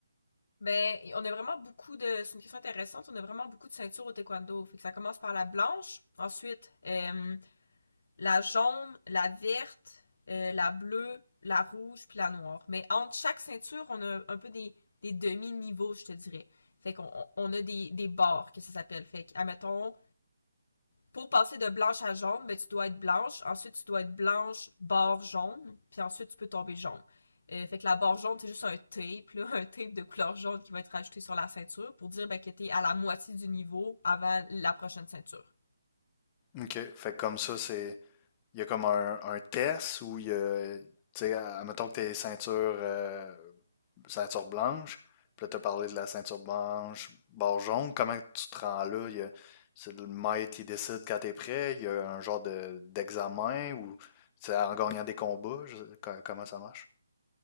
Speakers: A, on the left; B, on the left.
A: Ben, on a vraiment beaucoup de, c'est une question intéressante, on a vraiment beaucoup de ceintures au taekwondo. Fait que ça commence par la blanche, ensuite euh, la jaune, la verte, euh, la bleue, la rouge, puis la noire. Mais entre chaque ceinture, on a un peu des, des demi-niveaux, je te dirais. Fait qu'on on a des, des barres, que ça s'appelle. Fait que, admettons, pour passer de blanche à jaune, ben, tu dois être blanche. Ensuite, tu dois être blanche, bord jaune. Puis ensuite, tu peux tomber jaune. Euh, fait que la barre jaune, c'est juste un tape, là, <laughs> un tape de couleur jaune qui va être ajouté sur la ceinture pour dire ben, que t'es à la moitié du niveau avant la prochaine ceinture.
B: OK. Fait que comme ça, c'est. Il y a comme un, un test où il y a. Tu sais, à admettons que t'es ceinture euh, ceinture blanche. Puis là, t'as parlé de la ceinture blanche, barre jaune. Comment tu te rends là? Il y a- c'est le maître qui décide quand t'es prêt. Il y a un genre de, d'examen ou c'est en gagnant des combats. je sais- co- comment ça marche?